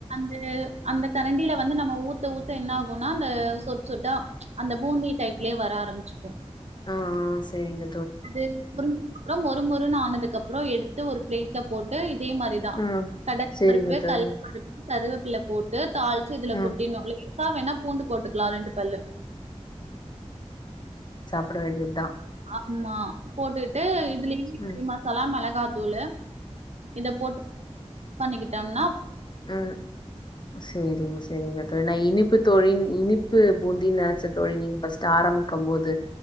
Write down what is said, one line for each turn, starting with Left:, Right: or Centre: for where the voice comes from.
Right: தே அந்த கரண்டில வந்து நம்ம ஊத்த ஊத்த என்ன ஆகு னா அந்த சொட் சொட்டா அந்த பூந்தி டைப்லேயே வர ஆரம்பச்சுகு
Left: ஆ ஆ சேரிங்க
Right: <unintelligible> அப்புறோ மொருமொரு ஆனதுக்கு அப்புறோ எடு த்து ஒரு பிளேட்ல போட்டு இதே மாரிதா
Left: ஆ.
Right: கடலை
Left: சரிங்க
Right: பருப்பு
Left: தோழி.
Right: கள்ள பருப்பு கருவேப்பில போட்டு தளிச்சு இதுல
Left: ஆ.
Right: கொட்டிணு லேசா வேணா பூண்டு போட்டுக்கலா ரெண்டு பல்லு
Left: அப்பட வேண்டியதா
Right: ஆமா போட்டுக்கிட்டு இதுலயே
Left: ம்.
Right: கறி மசாலா மிள காத்தூளு இத போட்டு பண்ணிக்கிட்டேன்
Left: ஆ சரிங்க சரிங்க தோழி நா இனிப்பு தொழில் இனிப்பு பூந்தின்னு நினைச்ச தொழி நீங்க ஃபர்ஸ்ட் ஆரம்பிக்கும் போது